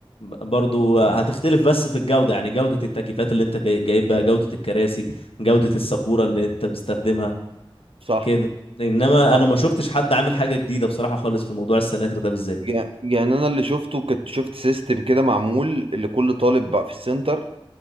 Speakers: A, on the left; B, on the right.
A: برضو هتختلف بس في الجودة يعني جودة التكييفات اللي انت جاي- جايبها جودة الكراسي جودة السبورة اللي انت مستخدمها
B: صح
A: كده انما
B: صح
A: انا ما شفتش
B: صح.
A: حد عامل حاجة جديدة بصراحة خالص في موضوع السناتر ده بالذات
B: يع- يعني انا اللي شفته كنت شفت سيستم كده معمول لكل طالب بقى في السنتر